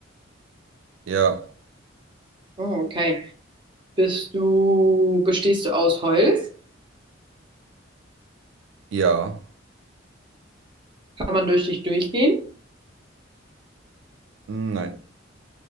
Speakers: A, on the right (about 70°); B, on the right (about 25°).
A: ja,
B: Oh, okay. Bist du, bestehst du aus Holz?
A: ja,
B: Kann man durch dich durchgehen?
A: Hm, nein,